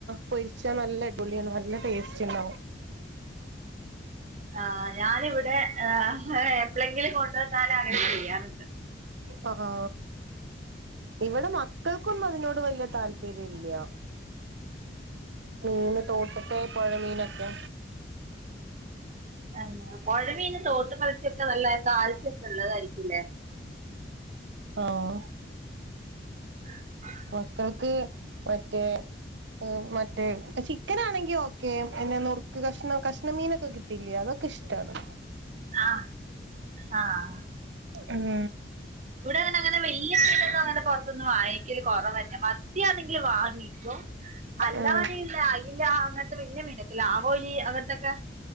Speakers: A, on the right; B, on the right.
A: പൊരിച്ചാ നല്ല ഇടിപൊളിയാണ് നല്ല ടേസ്റ്റ് ഉണ്ടാവും.
B: ആ് ഞാനിവിടെ എപ്പോഴെങ്കിലും കൊണ്ടുവന്നാലും അങ്ങനെ ചെയ്യാറുണ്ട്.
A: ആഹാ ഇവിടെ മക്കൾക്കൊന്നും അതിനോട് വല്ല്യ താൽ പര്യല്ല മീന് തോട്ടട്ടെ പൊഴ മീനൊക്കെ.
B: ആഹ് പൊഴമീൻ തോട്ട് മത്സ്യക്കെ നല്ല കാൽസ്യംക്കെ ഉള്ളതായിരിക്കുല്ലേ.
A: ആഹ്.
B: <inaudible>
A: മക്കൾക്ക് മറ്റേ. അ് മറ്റേ ചിക്കനാണെങ്കി ഓക്കെ എന്നെ നുർ ക്ക് കഷ്ണ കഷ്ണമീനൊക്കെ കിട്ടിലേ അതൊക്കെ ഇഷ്ടാണ്.
B: ആഹ് ആഹ്.
A: ഉം.
B: ഇവിടെ അങ്ങനങ്ങനെ വല്ല്യ <unintelligible> ത്തൊന്നു അങ്ങട് പൊത്ത്ന്ന് വാങ്ങിക്കല് കൊറവെന്നെ മത്തിയാണെങ്കില് വാങ്ങികും. അല്ലാതീല്ല
A: ഉം
B: അയ്ല അങ്ങൻത്തെ വല്ല്യ മീനൊക്കല്ല ആവോലി അങ്ങൻത്തൊക്കെ.